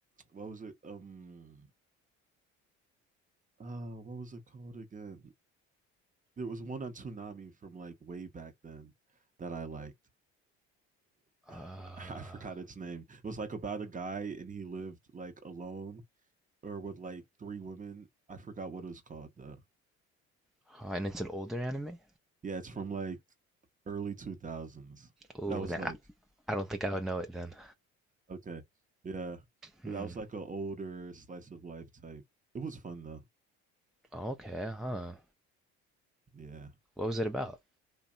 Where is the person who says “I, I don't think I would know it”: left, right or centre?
Centre